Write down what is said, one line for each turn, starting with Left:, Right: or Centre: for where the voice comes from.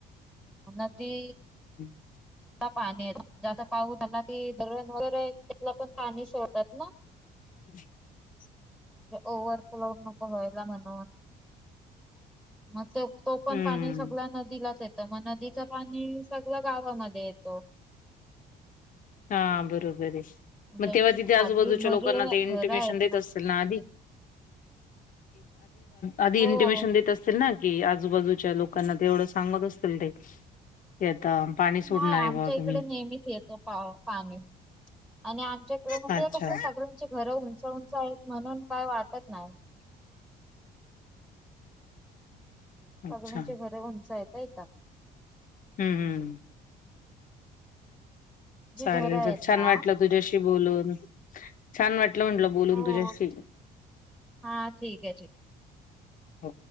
Centre: नदी
Left: च <inaudible>
Centre: पाणी आहे जादा पाऊना त धरन वगैरे आहे त्यातला पण पाणी सोडतात ना,
Left: छछ <inaudible>
Centre: म्हे ओव्हरफ्लोड नको व्हायला म्हणून, मग ते तो पण
Left: हम्म.
Centre: पाणी सगळ नदीलाच येतं मग नदीच पाणी स- क गावामध्ये येतो.
Left: हा बरोबर आहे, मग
Centre: ज्यांची
Left: तेव्हा तिथे
Centre: खाली
Left: आजूबाजूच्या
Centre: घरी
Left: लोकांना ते इंटिमेशन
Centre: घरं आहेत
Left: देत असतीलल ना आधी. आधी
Centre: हो.
Left: इंटिमेशन असतील ना. की आजूबाजूच्या लोकांना ते एवढं सांगत असतील ते की आता, पाणी सोडणार
Centre: नाही आमच्या
Left: आहे बुवा
Centre: इकडे
Left: तुम्ही.
Centre: नेहमीच येत. पाणी आणि आमच्याकडे म्हणजें
Left: अच्छा,
Centre: सगळ्या- घरं उंच उंच आहेत म्हणून काय वाटत नाही.
Left: अच्छा.
Centre: बगण्याची घरे उंच हातय ना इथं.
Left: हम् हम्म
Centre: जी
Left: चालेल
Centre: घरं आहेत
Left: छान
Centre: ना
Left: वाटलं तुझ्याशी बोलून, छान वाटलं म्हटलं, बोलून
Centre: हो
Left: तुझ्याशी.
Centre: हा ठीक आहे ठीक.
Left: हो.